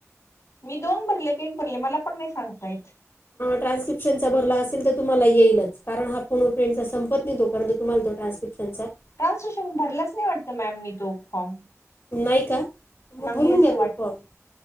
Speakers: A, on the left (about 65°); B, on the left (about 50°).
A: मी दोन भरले क एक भरले मला पण नाही सांगता येत.
B: ट्रान्स्क्रिप्शनचा भरला असे तर तुम्हाला येईलच, कारण हा फोन फ्रेंड्स संपत संपत नाही तोपर्यंत तुम्हाला तो ट्रानस्क्रिप् प्नचा <unintelligible>
A: ट्रान्सलेशन भरलाच नाही वाटतं मॅम मी तो फॉर्म
B: नाही का? मग
A: नाही
B: भरून
A: असं
B: घ्या
A: वाट
B: तो फॉर्म.